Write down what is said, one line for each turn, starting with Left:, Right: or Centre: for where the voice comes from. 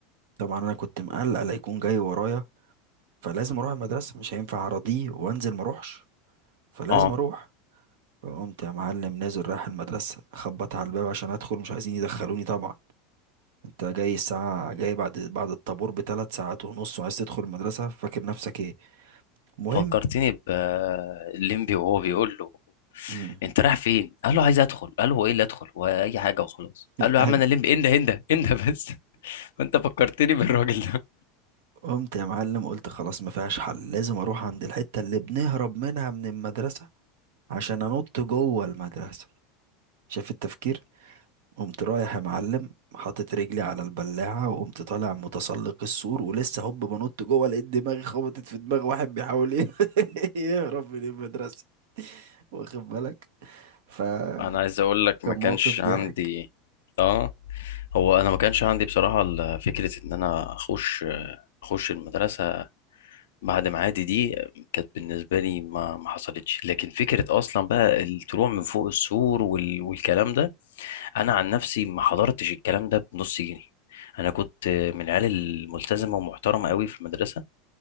Right: طبعا انا كنت مقلق لا يكون جاي ورايا فلازم اروح المدرسة مش هينفع اراضيه وانزل ما اروحش فلازم
Left: اه
Right: اروح فقمت يا معلم نازل رايح المدرسة خبط على الباب عشان ادخل مش عايزين يدخلوني طبعا انت جاي الساعة جاي بعد بعد الطابور بثلاث ساعات ونص وعايز تدخل المدرسة فاكر نفسك ايه المهم
Left: فكرتني بليمبي وهو بيقول له
Right: <laughs>
Left: انت رايح فين قال له عايز ادخل قال له هو ايه اللي ادخل واي حاجه وخلاص قال له يا
Right: أي-
Left: عم انا ليمبي انده انده انده بس <laughs> فانت فكرتني بالراجل ده
Right: قمت يا معلم قلت خلاص ما فيهاش حل لازم اروح عند الحتة اللي بنهرب منها من المدرسة عشان انط جوه المدرسة شايف التفكير قمت رايح يا معلم حاطط رجلي على البلاعة وقمت طالع متسلق السور ولسه هوب بنط جوه لقيت دماغي خبطت في دماغ واحد بيحاول ايه <laughs> يهرب من المدرسة واخد بالك فكان
Left: انا عايز اقول لك ما كانش
Right: موقف ضحك
Left: عندي اه هو انا ما كانش عندي بصراحه ال- فكره ان انا اخش اخش المدرسه بعد معادي دي كانت بالنسبة لي ما ما حصلتش لكن فكرة أصلا بقى الطلوع من فوق السور وال... والكلام ده أنا عن نفسي ما حضرتش الكلام ده بنص جنيه أنا كنت من العيال الملتزمة ومحترمة قوي في المدرسة